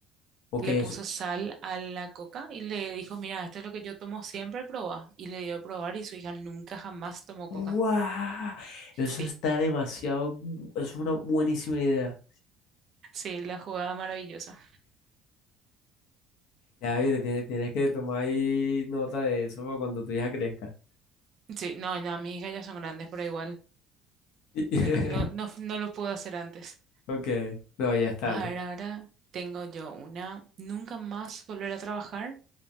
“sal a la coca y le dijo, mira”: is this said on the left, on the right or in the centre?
Right